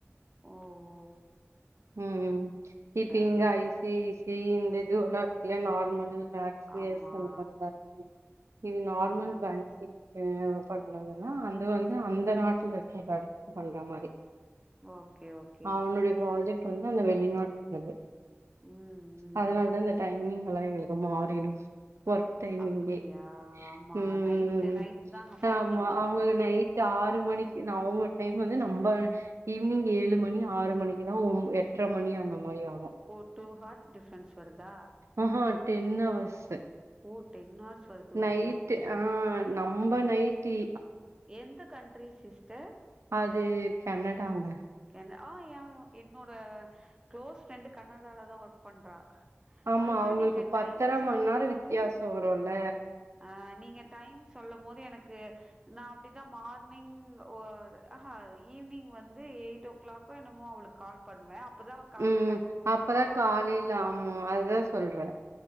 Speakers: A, on the right; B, on the right.
A: ஓ ஓ
B: ம் ம் இட்
A: சரி
B: இங்க
A: சரி
B: ஐசி சி இந்த இது ஒல்லா இருக்குல்ல நார்மல்ல <unintelligible>
A: ஆமா
B: அந்த மாதிரில இருக்குல இது
A: ம்
B: நார்மல்
A: ம்
B: பேங்கிங் ஆ பண்ணதுன்னா அது வந்து அந்த நாட்டுல இருக்கிற பட பண்ற மாதி
A: ஓகே ஓகே
B: அவனுடைய ப்ராஜெக்ட் வந்து அந்த வெளிநாட் உள்ளது
A: ம் ம்
B: அதனாலதா இந்த டைமிங் எல்லா எங்களுக்கு மாறிடு ஒர்க் டைமிங்ளே
A: அப்டியா ஆமா
B: ம்
A: நைட்டு நைட்டு தாங்க மார்னிங்கா
B: ஆமா
A: இருக்கு
B: அவங்க நைட் டு ஆறு மணிக்கு அவங்க டைம் வந்து நம்ம ஈவினிங் ஏழு மணி ஆறு மணிக்குதா ஒம் எட்ரை மணி அந்த மாதிரி ஆகும்
A: ஓ டூ ஹார்ஸ் டிஃப்ரன்ஸ் வருதா
B: அ ஹா டென் அவர்ஸ்
A: ஓ டென் ஹவர்ஸ் வருது
B: நைட்டு
A: ஓகே ஓகே
B: ஆ நம்ம நைட்டி
A: எந்த கண்ட்ரி சிஸ்டர்
B: அது கெனடாவ்ங்க
A: என்ன ஆ யா என்னோட க்ளோஸ் ஃப்ரெண்டு கனடாலதான் ஒர்க் பண்றா
B: ஆமா
A: அதுதா
B: அவங்களுக்கு
A: நீங்க
B: பத்தரை
A: டைம் சொல்லும்
B: மணி நேரம்
A: போது
B: வித்தியாசம் வரும்ல
A: அ நீங்க டைம் சொல்லும் போது எனக்கு நான் அப்டி இந்த மார்னிங் ஓ அஹ ஈவினிங் வந்து எயிட் டு கிளாக் என்னமோ அவளுக்கு கால் பண்ணுவே அப்பதா கால்ல
B: ம்
A: கண்ணு
B: ம்
A: முழிச்சிருப்பா
B: அப்பதா காலைல ஆமா அதா சொல்றே